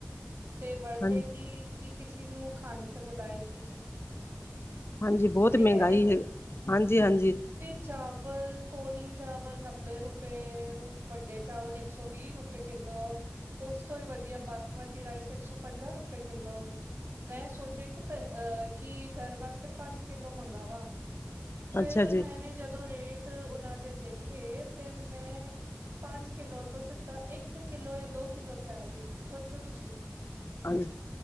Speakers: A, on the right; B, on the left.
A: ਤੇ ਵਰਤੇ
B: ਹਾਂ
A: ਕੀ, ਕੀ ਕਿਸੀ ਨੂੰ ਖਾਨੇ ਤੇ ਬੁਲਾਏ ਕੀ।
B: ਹਾਂਜੀ, ਬਹੁਤ
A: ਸਹੀ
B: ਮੈਹੰਗਾਈ
A: ਕਹਿ
B: ਹੈ ਹਾਂਜੀ, ਹਾਂਜੀ।
A: ਚਾਵਲ ਪੌਨੇ ਚਾਵਲ ਨੱਬੇ ਰੁਪਏ, ਵੱਡੇ ਚਾਵਲ ਇਕ ਸੌ ਵੀਹ ਰੁਪ ਰੁਪਏ ਕਿਲੋ, ਉਸ ਤੋਂ ਵੀ ਵਧੀਆ ਬਾਸਮਤੀ ਰਾਈਸ ਇਕ ਸੌ ਪੰਜਾਅ ਰੁਪਏ ਕਿੱਲੋ। ਮੈਂ ਸੋਚਿਆ ਤੇ ਅ ਕਿ ਘਰ ਵਾਸਤੇ ਪੰਜ ਕਿੱਲੋ ਮੰਗਾਵਾਂ। ਫਿਰ
B: ਅੱਛਾ ਜੀ
A: ਮੈਂਨੇ ਜਦੋਂ ਰੇਟ ਉਹਨਾਂ ਦੇ ਦੇਖੇ, ਤੇ ਮੈਂ ਪੰਜ ਕਿਲੋ ਤੋਂ ਸਿੱਧਾ ਇਕ ਕਿੱਲੋ ਯਾ ਦੋ ਕਿਲੋ ਤੇ ਆ ਗਈ, ਸੋਚੋ ਤੁਸੀ।
B: ਹਾਂਜੀ,